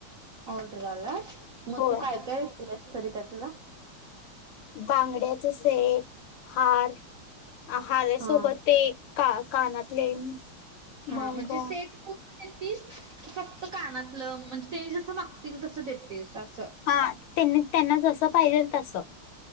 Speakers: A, on the right; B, on the left.
A: ऑर्डर आलाय मग
B: होय
A: तू काय काय <unintelligible> तरी त्यातलं
B: बांगड्याच सेट हार हारासोबत
A: हा
B: एक का कानातले
A: हा
B: मग
A: म्हणजे सेट देतीस का फक्त कानातलं म्हणजे ते जसं मागतील तसं देतेस असं
B: हा त्यांनी त्यांना जसं पाहिजेल तसं